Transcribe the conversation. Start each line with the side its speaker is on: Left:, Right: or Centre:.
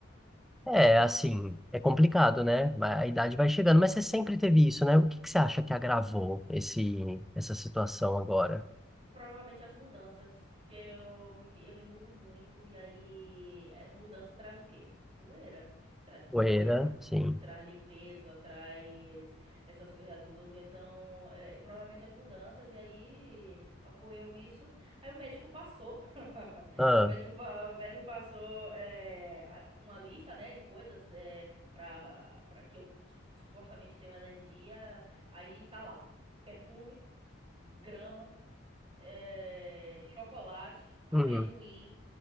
Centre: É, assim, é complicado, né? Vai- A idade vai chegando, mas você sempre teve isso, né? O que que você acha que agravou esse, essa situação agora?
Right: Provavelmente as mudanças, porque eu, me- eu me mudo muito e aí é, mudança traz o quê? Poeira. Traz poeira,
Centre: Poeira, sim.
Right: traz limpeza, traz essas coisas tudo. Então, é, provavelmente as mudanças e aí ocorreu isso. Aí o médico passou. <laughs>
Centre: Ah,
Right: O médico, pa- o médico passou é, a- uma lista, né, de coisas é, para para que eu t- supostamente tenho alergia. Aí tá lá, perfume, grama eh, chocolate, amendoim.
Centre: uhum.